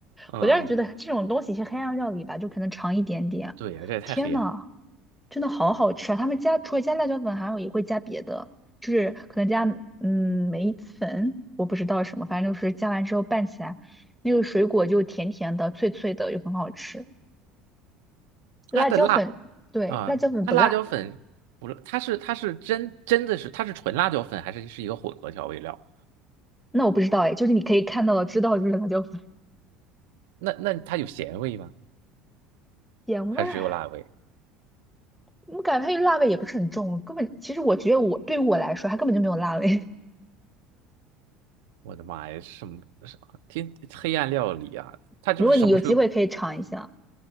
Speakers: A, on the right; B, in the centre.
A: 嗯，
B: 我当时觉得这种东西是黑暗料理吧，就可能尝一点点。
A: 对呀，这也太黑暗了。
B: 天呐，真的好好吃啊！他们加除了加辣椒粉，还有也会加别的，就是可能加嗯梅子粉，我不知道什么，反正就是加完之后拌起来，那个水果就甜甜的、脆脆的，又很好吃。辣椒粉，
A: 它的辣
B: 对，
A: 啊，
B: 辣椒粉不辣，
A: 它辣椒粉不是，它是它是真真的是它是纯辣椒粉，还是是一个混合调味料？
B: 那我不知道哎，就是你可以看到的、知道的就是辣椒粉，
A: 那那它有咸味吗？
B: 点味儿。
A: 还是只有辣味？
B: 我感觉它这辣味也不是很重，根本其实我觉得我对于我来说，它根本就没有辣味。
A: 我的妈呀，什么什么天黑暗料理啊！
B: <laughs>
A: 它就是什么水果？
B: 如果你有机会可以尝一下，